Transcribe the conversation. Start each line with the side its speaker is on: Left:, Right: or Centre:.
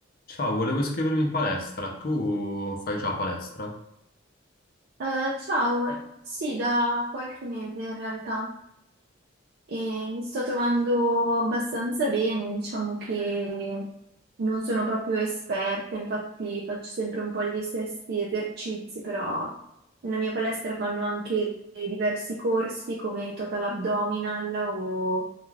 Left: Ciao, volevo iscrivermi in palestra. Tu fai già palestra?
Right: Eh, ciao, sì, da qualche mese in realtà e mi sto trovando abbastanza bene, diciamo che non sono proprio esperta, infatti faccio sempre un po' gli stessi esercizi, però nella mia palestra fanno anche diversi corsi come total abdominal o